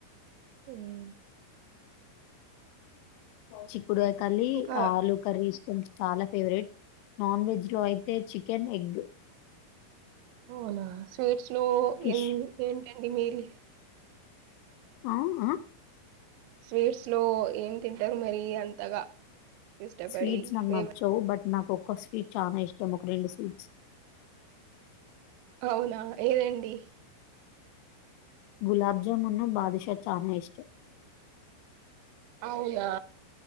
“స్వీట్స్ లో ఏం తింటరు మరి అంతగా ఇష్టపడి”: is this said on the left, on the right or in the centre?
Right